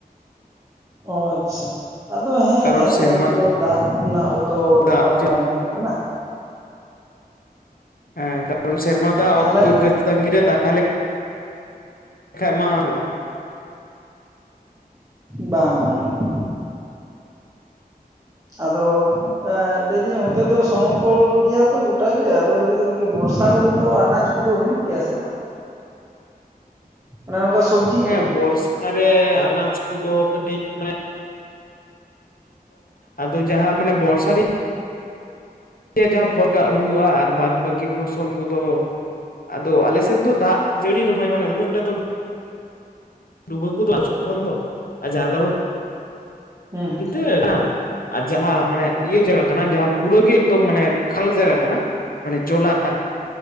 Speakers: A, on the right; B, on the left.
A: ᱚ ᱟᱪᱪᱷᱟ ᱟᱫᱚ ᱦᱮᱸ
B: ᱠᱟᱨᱚᱱ
A: ᱟᱫᱚ
B: ᱥᱮᱨᱢᱟ
A: ᱚᱱᱛᱮ ᱫᱚ ᱫᱟᱜᱽ ᱨᱮᱱᱟᱜ ᱛᱚ
B: ᱫᱟᱜ
A: ᱚᱵᱷᱟᱵᱽ ᱵᱟᱝ ᱱᱩ <unintelligible>
B: ᱦᱮᱸ ᱠᱟᱨᱚᱢ ᱥᱮᱨᱢᱟ ᱫᱟᱜᱽ
A: ᱛᱟᱦᱚᱞᱮ
B: ᱚᱠᱛᱚ ᱛᱟᱜᱤ ᱨᱮ ᱫᱟᱜᱽ ᱛᱟᱦᱚᱞᱮ ᱠᱷᱟᱹᱡ ᱢᱟ ᱦᱩᱭᱩᱜᱼᱟ
A: ᱵᱟᱝ ᱵᱟᱝ ᱦᱩᱭᱩᱜᱼᱟ᱾ ᱟᱫᱚ ᱞᱟᱹᱭ ᱫᱟᱹᱧ ᱚᱱᱛᱮ ᱫᱚ ᱥᱚᱢᱚᱛᱚᱞ ᱜᱮᱭᱟ ᱛᱚ ᱜᱚᱴᱟᱜᱮ ᱟᱫᱚ ᱞᱟᱹᱭ ᱫᱟᱹᱧ ᱱᱤᱠᱟᱹ ᱵᱚᱨᱥᱟ ᱨᱮᱫᱚ ᱛᱚ ᱟᱱᱟᱡ ᱠᱚ ᱠᱚᱫᱚ ᱦᱩᱭᱩᱜ ᱜᱮᱭᱟ ᱥᱮ ᱵᱟᱝ
B: <inaudible>
A: ᱚᱱᱮ ᱱᱚᱝᱠᱟ ᱥᱚᱵᱡᱤ
B: ᱦᱮᱸ ᱵᱚᱨᱥᱟ ᱨᱮ ᱟᱱᱟᱡ ᱠᱚᱫᱚ ᱠᱟᱹᱴᱤᱡᱽ ᱢᱟᱱᱮ ᱟᱫᱚ ᱡᱟᱦᱟᱸ ᱢᱟᱱᱮ ᱵᱚᱨᱥᱟ ᱨᱤ ᱡᱟᱦᱟᱸ ᱯᱷᱚᱴ ᱫᱟᱜ ᱦᱩᱭᱩᱜᱼᱟ ᱟᱨ ᱵᱟᱫ ᱵᱟᱹᱠᱤ ᱯᱷᱚᱥᱚᱞ ᱠᱚᱫᱚ ᱟᱫᱚ ᱟᱞᱮ ᱥᱮᱱ ᱫᱚ ᱫᱟᱜᱽ ᱡᱟᱹᱲᱤ ᱨᱮᱦᱚᱸᱚᱭ ᱢᱟᱱᱮ ᱩᱱᱟᱹᱜᱴᱟ ᱫᱚ ᱰᱩᱵᱟᱹᱭ ᱠᱚ ᱟᱥᱚᱞ ᱠᱷᱚᱱ ᱫᱚ ᱟᱨ ᱡᱟᱨ ᱠᱚᱱᱛᱮ
A: ᱦᱩᱸ
B: ᱱᱮᱛᱚᱜ ᱠᱟᱱᱟ ᱟᱨ ᱡᱟᱦᱟᱸ ᱢᱟᱱᱮ ᱤᱭᱟᱹ ᱡᱟᱭᱜᱟ ᱠᱟᱱᱟ ᱡᱟᱦᱟᱸ ᱯᱩᱨᱟᱹ ᱜᱮ ᱮᱠᱫᱚᱢ ᱢᱟᱱᱮ ᱠᱷᱟᱞ ᱡᱟᱭᱜᱟ ᱠᱟᱱᱟ ᱢᱟᱱᱮ ᱡᱚᱞᱟᱨ